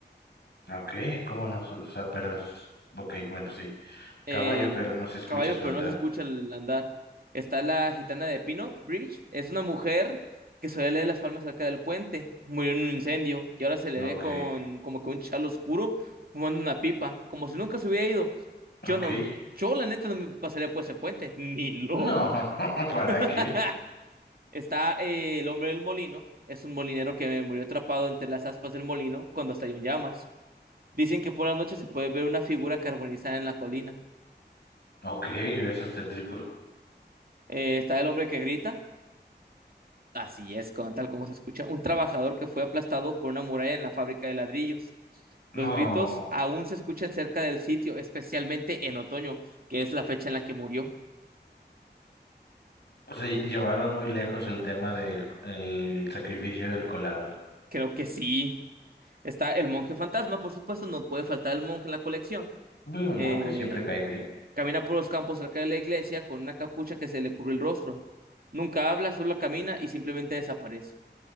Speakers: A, on the left; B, on the right.
A: Ah, Ok, ¿cómo no? O sea, pero es... Ok, bueno, sí.
B: Eh,
A: Caballo, pero no se escucha
B: caballo,
A: su
B: pero
A: andar.
B: no se escucha el andar. Está la gitana de Pinock Bridge. Es una mujer que suele leer las palmas cerca del puente. Murió en un incendio y ahora se le
A: Ok,
B: ve con como que un chal oscuro fumando una pipa, como si nunca se hubiera ido.
A: ok.
B: Yo no, yo la neta no me pasaría por ese puente, ni loco.
A: No, <laughs> no, ¿para
B: <laughs>
A: qué?
B: Está eh, el hombre del molino, es un molinero que murió atrapado entre las aspas del molino cuando estalló en llamas. Dicen que por la noche se puede ver una figura carbonizada en la colina.
A: Ok, eso es tétrico.
B: Eh, está el hombre que grita, así es, como- tal como se escucha, un trabajador que fue aplastado por una muralla en la fábrica de ladrillos.
A: No,
B: Los gritos aún se escuchan cerca del sitio, especialmente en otoño, que es la fecha en la que murió.
A: o sea, lle- llevaron muy lejos el tema del el sacrificio del colado.
B: Creo que sí. Está el monje fantasma, por supuesto, no puede faltar el monje en la colección.
A: Uy, un
B: Eh,
A: monje siempre cae bien.
B: Camina por los campos cerca de la iglesia con una capucha que se le cubre el rostro. Nunca habla, solo camina y simplemente desaparece.